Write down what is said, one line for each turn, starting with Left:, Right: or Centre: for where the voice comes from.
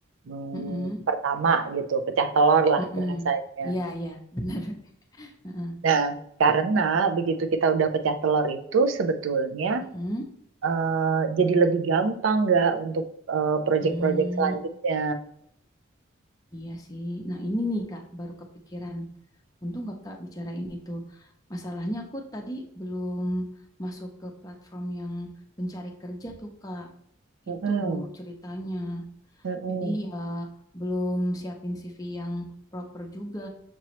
Right: hmm,
Left: mm-mm,
Right: pertama gitu, pecah telur lah
Left: mm-mm.
Right: bahasanya.
Left: Iya, iya, benar. <laughs> Mm-mm,
Right: Nah, karena begitu kita udah pecah telur itu sebetulnya
Left: mm-mm,
Right: eh, jadi lebih gampang nggak untuk eh, proyek-proyek
Left: mm.
Right: selanjutnya.
Left: Iya sih. Nah, ini nih, Kak, baru kepikiran. Untung Kakak bicarain itu. Masalahnya aku tadi belum masuk ke platform yang pencari kerja tuh, Kak.
Right: Mm-mm,
Left: Itu ceritanya.
Right: mm-mm.
Left: Jadi ya belum siapin CV yang proper juga.